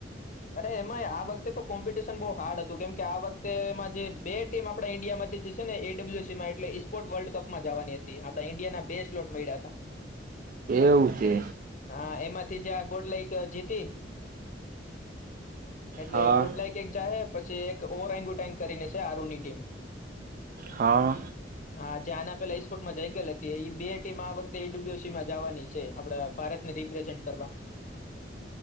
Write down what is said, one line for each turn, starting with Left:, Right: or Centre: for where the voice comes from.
Left: અરે એમાય આ વખતે તો કોમ્પિટિશન બો હાર્ડ હતું કેમ કે આ વખતે એમાં જે બે ટીમ આપડે ઇન્ડિયામાં માંથી જશે ને એડબ્લ્યુએસીમાં એટલે ઈ સ્પોર્ટ વર્લ્ડ કપમાં જવાની હતી આપડા ઈન્ડિયાના બે સ્લોટ મળ્યા તા
Right: એવું છે
Left: હા એમાંથી જા ગોડલાઈક જીતી. એટલે
Right: હા.
Left: ગોડલાઈક એક ચાહે પછી એક ઓરેંગુટેંગ કરીને છે, આરુની ટીમ
Right: હા.
Left: હા જે આના પેલા ઈસ્ફૉટમાં જઈ ગલ હતી. એ બે ટીમ આ વખતે એડબલ્યુસીમાં જાવાની છે., આપડા ભા રતને રીપ્રેસેન્ટ કરવા.